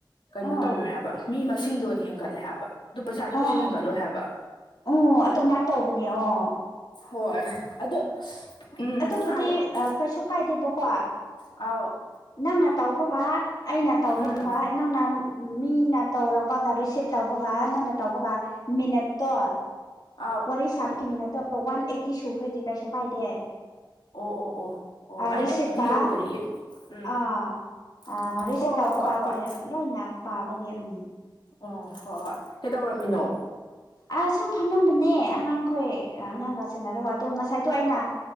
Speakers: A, on the left; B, on the left.
A: ꯀꯩꯅꯣ
B: ꯎꯝ
A: ꯇꯧꯔꯦ ꯍꯥꯏꯕ ꯃꯤ ꯃꯁꯤꯡꯗ ꯑꯣꯏꯅ ꯍꯦꯟꯒꯠꯂꯦ ꯍꯥꯏꯕ ꯑꯗꯨ ꯄꯩꯁꯥꯗ
B: ꯍꯣ
A: ꯀꯩꯁꯨ
B: ꯍꯣ
A: ꯍꯦꯟꯒꯠꯂꯣꯏ ꯍꯥꯏꯕ
B: ꯑꯣ ꯑꯗꯨꯃꯥꯏꯅ ꯇꯧꯕꯅꯦ ꯑꯣ
A: ꯍꯣꯏ ꯑꯗꯣ ꯎꯝ
B: ꯑꯗꯨꯕꯨꯗꯤ
A: ꯍꯥꯏꯑꯣ
B: ꯀꯩꯁꯨ ꯀꯥꯏꯗꯦꯕꯀꯣ
A: ꯑꯥꯎ
B: ꯅꯪꯅ ꯇꯧꯕꯒ ꯑꯩꯅ ꯇꯧꯕꯒ
A: ꯎꯝ
B: ꯅꯪꯅ ꯃꯤꯅ ꯇꯧꯔꯛꯄꯗ ꯔꯤꯁꯤꯞ ꯇꯧꯕꯒ ꯅꯪꯅ ꯇꯧꯕꯒ ꯃꯤꯅꯠꯇꯣ
A: ꯑꯥꯎ
B: ꯋꯥꯔꯤ ꯁꯥꯕꯒꯤꯃꯤ ꯃꯤꯅꯠꯇꯣ ꯋꯥꯟ ꯑꯩꯠꯇꯤ ꯁꯨꯈ꯭ꯔꯗꯤꯦ ꯀꯩꯁꯨ ꯀꯥꯏꯗꯦ
A: ꯑꯣ ꯑꯣ ꯑꯣ ꯑꯣ ꯑꯩ
B: ꯔꯤꯁꯤꯞꯀ
A: ꯑꯩꯒꯤꯗꯤ ꯌꯧꯗꯔꯤꯑꯦ ꯎꯝ
B: ꯑꯥ
A: ꯎꯝ
B: ꯔꯤꯁꯤꯞ
A: ꯍꯣꯏ
B: ꯇꯧꯕ
A: ꯍꯣꯏ
B: ꯀꯥꯟꯗ
A: ꯍꯣꯏ ꯍꯣꯏ
B: ꯂꯣꯏꯅ ꯄꯥꯕꯒꯤ ꯎꯝ
A: ꯑꯣ ꯍꯣꯏ ꯍꯣꯏ ꯀꯩꯗꯧꯔꯝꯃꯤꯅꯣ
B: ꯑ ꯁꯨꯝ ꯐꯝꯃꯝꯕꯅꯦ ꯑꯉꯥꯡꯈꯣꯏ ꯑꯉꯥꯡꯒ ꯁꯅꯔꯒ ꯑꯗꯣ ꯉꯁꯥꯏꯗꯣ ꯑꯩꯅ